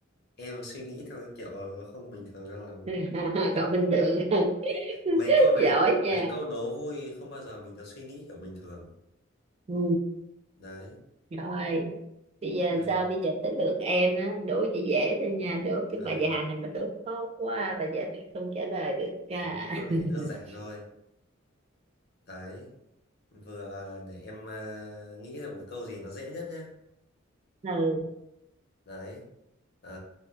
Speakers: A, on the left; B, on the right.
A: em suy nghĩ theo cái kiểu nó không bình thường cho lắm
B: <laughs> còn bình thường <laughs>
A: mấy câu này
B: giỏi nha
A: mấy câu đố vui không bao giờ mình được suy nghĩ kiểu bình thường
B: ừ.
A: đấy
B: rồi bây giờ
A: đây
B: sao bây giờ tới lượt em đó đố dễ dễ thôi nha đố cái
A: đây
B: bà già này mà đố khó quá bà già này không trả lời được cả
A: những câu này
B: <laughs>
A: đơn giản thôi đấy vừa để em à, nghĩ ra một cái câu gì nó dễ nhất nhé
B: ừ
A: đấy à,